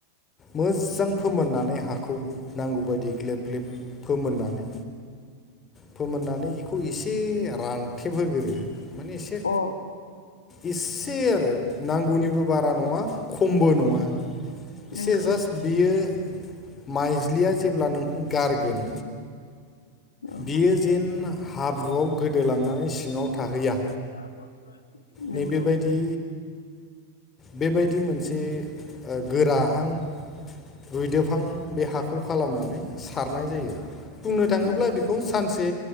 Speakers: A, on the left; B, on the left.
A: मोजां फोमोननानै हाखौ नांगौ बायदि ग्लेब ग्लेब फोमोननानै फोमोननानै इखौ एसे रान थेबहोग्रोरो माने एसे
B: अ
A: इसे आरो नांगौनिबो बारा नङा खमबो नङा। एसे
B: नंगौ
A: जास्ट बियो माइज्लिया जेब्ला नोंखौ गारगोन।
B: औ
A: बियो जेन हाब्रुआव गोदोलांनानै सिङाव थाहैया।
B: <unintelligible> नंगौ
A: नैबेबायदि बेबायदि मोनसे ओ गोराहां रुइदोबहां बे हाखौ खालामनानै सारनाय जायो। बुंनो थाङोब्ला
B: नंगौ
A: बिदि बे खौ सानसे